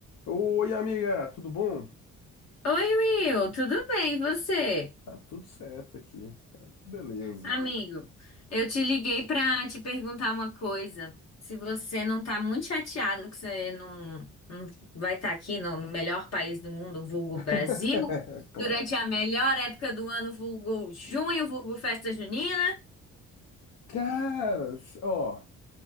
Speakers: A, on the left (about 75°); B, on the left (about 55°).
A: Oi, amiga, tudo bom?
B: Oi, Will, tudo bem, e você?
A: Tá tudo certo aqui, tá tudo beleza.
B: Amigo, eu te liguei pra te perguntar uma coisa. Se você não tá muito chateado que você não, não vai estar aqui no melhor país do mundo, vulgo
A: <laughs>
B: Brasil,
A: Claro.
B: durante a melhor época do ano, vulgo junho, vulgo festa junina.
A: Caras, ó,